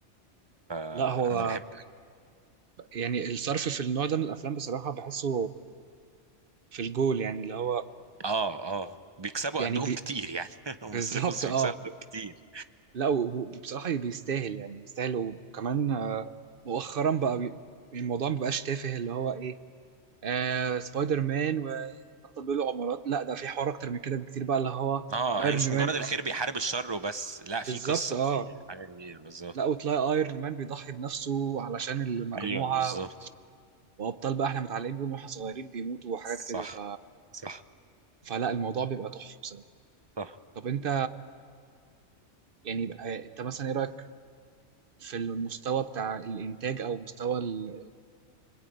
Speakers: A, on the right; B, on the right.
A: آه،
B: لا هو
A: انا بحب
B: يعني الصرف في النوع ده من الافلام بصراحه بحسه في الجول يعني اللي هو
A: اه اه بيكسبوا
B: يعني
A: قدهم
B: بي
A: كتير يعني
B: <laughs>
A: <laughs> هم
B: بالظبط
A: بيصرفوا بس
B: اه
A: بيكسبوا قدهم كتير
B: لا وبصراحه بيستاهل يعني بيستاهل وكمان آه، مؤخرا بقى بي- الموضوع ما بقاش تافه اللي هو ايه آه سبايدر مان وبطل بيقولوا عمارات لا ده في حوار اكتر من كده بكتير بقى اللي هو
A: اه
B: ايرون
A: هي مش
B: مان
A: مجرد الخير
B: آه.
A: بيحارب الشر وبس لا
B: بالظبط
A: في قصة
B: اه
A: في حاجة كبيرة بالظبط
B: لا وتلاقي ايرون مان بيضحي بنفسه علشان المجموعه
A: ايوه بالظبط
B: وابطال بقى احنا متعلقين بيهم واحنا صغيرين بيموتوا وحاجات
A: صح
B: كده ف...
A: صح
B: فلا الموضوع بيبقى تحفه بصراحه
A: صح
B: طب انت يعني بقى انت مثلا ايه رايك في المستوى بتاع الانتاج او مستوى ال-